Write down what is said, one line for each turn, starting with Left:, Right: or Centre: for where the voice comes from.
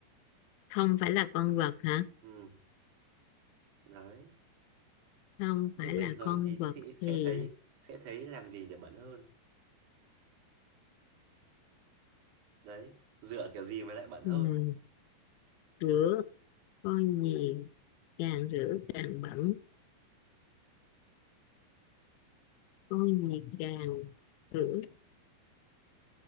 Left: không phải là con vật hả
Right: ừ đấy
Left: không
Right: nhưng
Left: phải là
Right: bình thường
Left: con
Right: thì
Left: vật
Right: sẽ sẽ
Left: thì
Right: thấy sẽ thấy làm gì để bẩn hơn đấy dựa kiểu gì mà lại bẩn hơn
Left: ừ, rửa con gì càng rửa càng bẩn con gì càng rửa